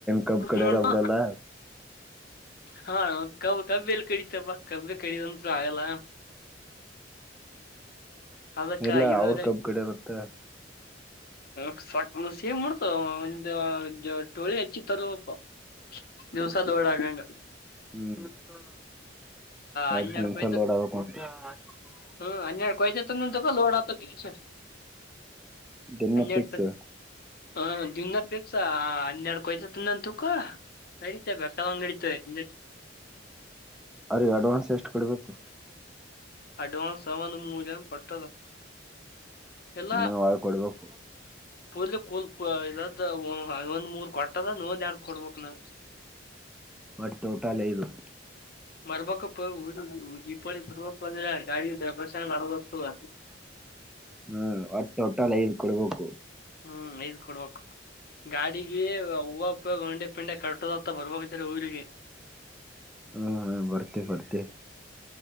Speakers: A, in the centre; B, on the left (about 55°).
A: ಕಬ್ ಕಡಿಯಲ್ಲ
B: ನೋಡ್ದ
A: ಬಿಡಲ್ಲ
B: ಹಾ ಕ ಕಬ <inaudible> ಕಡಿತೇವ ಬಾ ಕಬ್ಬ ಕಡಿದಂತೂ ಆಗಲ್ಲ ಅದಕ್ಕಾ
A: ಇಲ್ಲ
B: ಇವರೆ
A: ಅವ್ರ ಕಬ್ ಕಡಿಯಲತ್ತ
B: ಕ ಸೇಮ್ ಮಾಡ್ತವ ಒಂದು ಟೋಳಿ ಹಚ್ಚಿ ತರೋದ ಪ್ಪ ದಿವಾಸಲ್ ಓಡಗಂಗ
A: <inaudible>
B: ಹನ್ನೆರಡು ಕೊಯ್ದ ಹ್ಮ್ ಹನ್ನೆರಡು ಕೊಯತತಂದ ತುಪ ಲೋಡ್ ಅಗತೈತಿ ಮಶೀನ್
A: ದಿನ
B: ಹನ್ನೆರಡು
A: ಫಿಕ್ಸ್
B: ಹ ದಿನಾಪೇಕ್ಸಾ ಹನ್ನೆರಡು ಕೊಯ್ತತಂದಂತು ಕ ನಡಿತ ಬೇಕದಂಗ ನಡೆಯುತ್ತ
A: ಅವರೀಗ ಅಡ್ವಾನ್ಸ್ ಎಷ್ಟ ಕೊಡ್ಬೇಕು
B: ಅಡ್ವಾನ್ಸ್ ಆ ಒಂದು ಮೂಲ್ಯದ ಕೊಟ್ಟದ ಎಲ್ಲಾ
A: ನಾವ ಆಳ್ ಕೊಡ್ಬೇಕ
B: ಪೂರ್ಲಿ ಕೂಲ್ ಇದ್ದ ಒಂದ್ ಮೂರ್ ಕೊಟ್ಟದ ನೀವ್ ಒಂದೆರಡ ಕೊಡ್ಬೇಕಲಾ
A: ಬಟ್ ಟೋಟಲ್ ಲೇದೂ
B: ಮಾಡ್ಬೇಕಪ್ಪ ಊ ದೀಪಾವಳಿ ಬರ್ಬ ಅಂದ್ರ ಗಾಡಿ ದಬಸದಾಗ ನಡೆದ ಹೋಗತದ
A: ಹ್ಮ ಒಟ್ಟು ಟೋಟಲ್ ಐದು ಕೊಡ್ಬೇಕು
B: ಹ್ಮ್ ಐದ್ ಕೊಡ್ಬೇಕು ಗಾಡಿಗೆ ಹೂವುಪ್ಪ ಗಂಡೆ ಪಿಂಡೆ ಕಟುದತ್ತ ಬರ್ಬಾ ಕತ್ತಿಲ್ಲಾ ಊರಿಗೆ
A: ಹ್ಮ ಹಾ ಬರ್ತೀನಿ ಬರ್ತೀನಿ